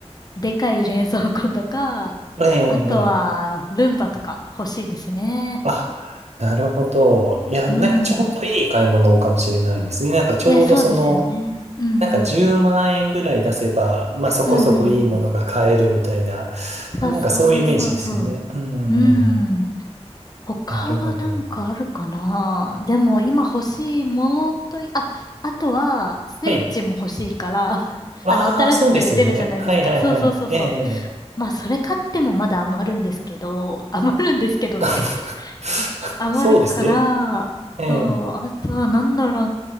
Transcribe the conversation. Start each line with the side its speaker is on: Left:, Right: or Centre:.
Left: でかい冷蔵庫とか、
Right: ええ、
Left: あとは、
Right: ええ
Left: ルンバとか欲しいですね。
Right: あ、なるほど。いや、
Left: うん。
Right: なんかちょうどいい買い物かもしれないですね。なんかちょうどその、
Left: え、そうですよね。うんうん。
Right: なんか10万円ぐらい出せば、まあそこそこいいものが買えるみたいな、
Left: うんうんうん。
Right: まあ、
Left: そうそうそうそうそ
Right: なんかそういうイメージですよね。うん、
Left: う。う
Right: うん、
Left: ん。他はなんかあるかなでも今欲しいものとい、
Right: なるほど。
Left: あ、あとはスイッチも欲しいから、
Right: はい。
Left: <laughs>
Right: ああ、
Left: あの新しく出るじゃないですか。
Right: そうですよね。はいはいはい。
Left: そうそうそうそう。
Right: ええ。
Left: まあそれ買ってもまだ余るんですけど、余るんですけどとか言って。
Right: <laughs>
Left: 余るから、
Right: そうですね。ええ。
Left: そう、あとはなんだろう